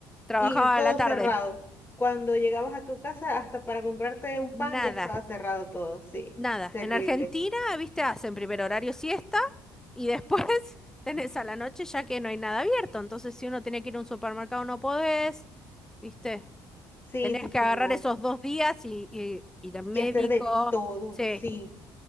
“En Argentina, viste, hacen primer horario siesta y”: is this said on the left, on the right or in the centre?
Centre